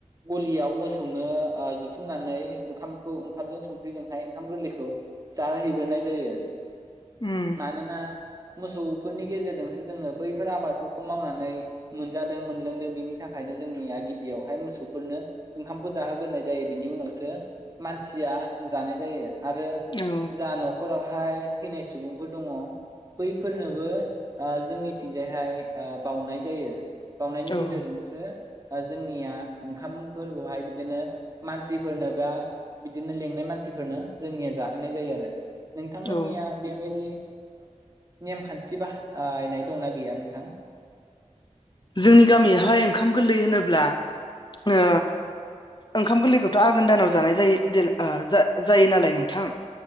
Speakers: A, on the right; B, on the left.
A: गलियाव मोसौनो जुथुमनानै ओंखामखौ ओंखामजों संख्रिजोंहाय ओंखाम गोरलैखौ। जाहोहैग्रोनाय जायो,
B: उम
A: मानोना? मोसौफोरनि गेजेरजोंसो जोङो बैफोर आबादफोरखौ मावनानै मोनजादों मोनलोंदों बिनि थाखाय। जोंनिया गिबियावहाय मोसौफोरनो ओंखामखौ जाहोग्रोनाय जायो बिनि उनावसो मानसिया। जानाय जायो आरो
B: औ
A: जा न'खरहावहाय थैनाय सुबुं फोर दङ बैफोरनोबो जोंनिथिंजायहाय बाउनाय जायो। बावनायनि
B: औ
A: गेजेरजोंसो जोंनिया ओंखामफोरखौहाय बिदिनो मानसिफोरनोबा बिदिनो लेंनाय मानसिफोरनो जोंनिया जाहोनाय जायो आरो। नोंथांमोननिया
B: औ
A: बेबायदि नेमखान्थि बाहनाय दंना गैया नोंथां?
B: जोंनि गामियावहाय ओंखाम गोरलै होनोब्ला ओ ओंखाम गोरलैखौथ' आघोन दानाव जानाय जायो जायो नालाय नोंथां